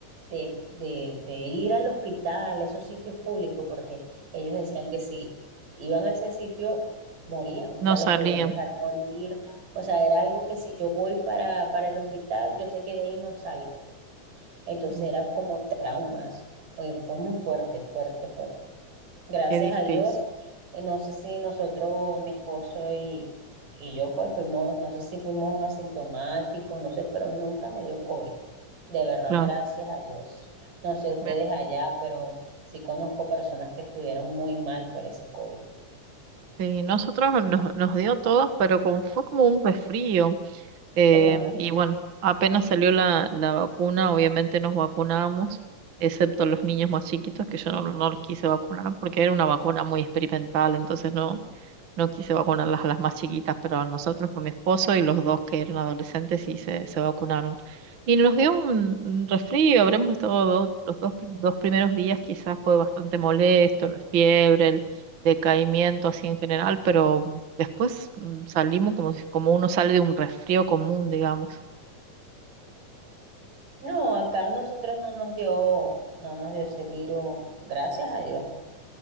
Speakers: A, on the right; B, on the right.
A: de, de, de ir al hospital, a esos sitios públicos, porque ellos decían que si iban a ese sitio, morían, o
B: No
A: sea,
B: salía.
A: los podían dejar morir, o sea, era algo que si yo voy para, para el hospital, yo sé que de ahí no salgo. Entonces
B: Mm,
A: eran como traumas, oye, fue muy fuerte, fuerte, fuerte gracias
B: Qué difícil,
A: a Dios. eh, no sé si nosotros, mi esposo y, y yo, pues fuimos, no sé si fuimos asintomáticos, no sé, pero nunca me dio COVID. De verdad,
B: claro.
A: gracias a Dios. No sé ustedes
B: Me-
A: allá, pero sí conozco personas que estuvieron muy mal por ese COVID.
B: Sí, nosotros nos, nos dio a todos, pero como fue como un resfrío, eh,
A: Como un ref-
B: y bueno, apenas salió la, la vacuna, obviamente nos vacunamos, excepto los niños más chiquitos, que yo no, no los quise vacunar porque era una vacuna muy experimental, entonces no, No quise vacunarlas a las más chiquitas, pero nosotros con mi esposo y los dos que eran adolescentes sí se, se vacunaron. Y nos dio un, un resfrío, habremos estado dos- los dos, pri- dos primeros días quizás fue bastante molesto, la fiebre, el decaimiento así en general, pero mm, después mm, salimos como, si- como uno sale de un resfrío común, digamos,
A: No, acá nosotros no nos dio, no nos dio ese virus, gracias a Dios.